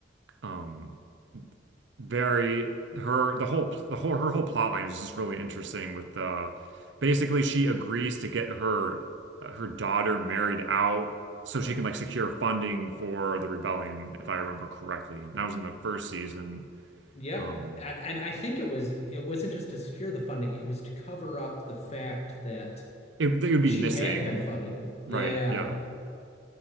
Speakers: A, on the right; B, on the left.
A: Um, very her the whole the whole her whole plot line is just really interesting with uh basically she agrees to get her uh, her daughter married out so she can like secure funding for the rebellion if I remember correctly and that was in the first season
B: Yep.
A: um
B: A- And I think it was it wasn't just to secure the funding, it was to cover up the fact that
A: it, it would be
B: she
A: missing
B: had been funding them. Yeah,
A: right yeah